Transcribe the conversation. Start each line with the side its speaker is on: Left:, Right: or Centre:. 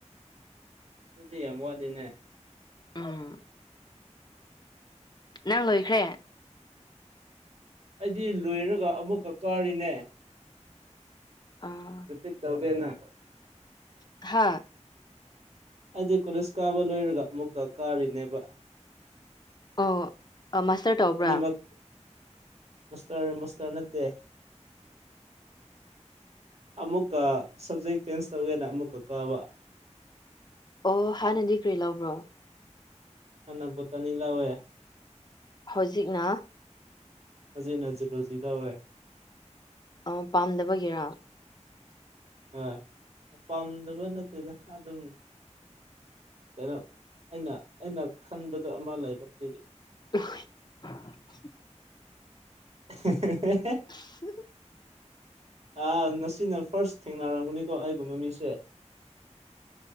Right: ꯑꯗꯨꯗꯤ ꯌꯥꯝꯃꯛꯗꯤꯅꯦ
Left: ꯎꯝ ꯅꯪ ꯂꯣꯏꯈ꯭ꯔꯦ
Right: ꯑꯩꯗꯤ ꯂꯣꯏꯔꯒ ꯑꯃꯨꯛꯀ ꯀꯥꯔꯤꯅꯦ
Left: ꯑ
Right: ꯔꯤꯄꯤꯠ ꯇꯧꯒꯦꯅ
Left: ꯍꯥꯥ
Right: ꯑꯩꯗꯤ ꯀꯣꯂꯦꯖ ꯀꯥꯕ ꯂꯣꯏꯔꯒ ꯑꯃꯨꯛꯀ ꯀꯥꯔꯤꯅꯦꯕ
Left: ꯑꯣ ꯃꯥꯁꯇꯔ ꯇꯧꯕ꯭ꯔꯥ
Right: ꯑꯅꯤꯃꯛ ꯃꯁꯇꯔ ꯃꯁꯇꯔ ꯅꯠꯇꯦ ꯑꯃꯨꯛꯀ ꯁꯕꯖꯦꯛ ꯆꯦꯟꯖ ꯇꯧꯒꯦꯅ ꯑꯃꯨꯛꯀ ꯀꯥꯕ
Left: ꯑꯣ ꯍꯥꯟꯅꯗꯤ ꯀꯔꯤ ꯂꯕ꯭ꯔꯣ
Right: ꯀꯅꯥꯕꯣꯇꯅꯤ ꯂꯋꯦ
Left: ꯍꯧꯖꯤꯛꯅ
Right: ꯍꯧꯖꯤꯛꯅꯖꯤꯔꯂꯖꯤꯛ ꯂꯧꯋꯦ
Left: ꯑ ꯄꯥꯝꯗꯕꯒꯤ ꯔꯥ
Right: ꯍꯣꯏ ꯄꯥꯝꯗꯕ ꯅꯠꯇꯦꯗ ꯑꯗꯨꯝ ꯀꯩꯅꯣ ꯑꯩꯅ ꯑꯩꯅ ꯈꯟꯕꯗꯣ ꯑꯃ ꯂꯩꯕ ꯑꯗꯨꯒꯤ
Left: <inaudible>
Right: <inaudible>
Left: ꯎ
Right: ꯑ ꯉꯁꯤꯅ ꯐꯥꯔꯁ ꯊꯦꯡꯅꯔꯝꯒꯅꯤꯀꯣ ꯑꯩꯒꯨꯝꯕ ꯃꯤꯁꯦ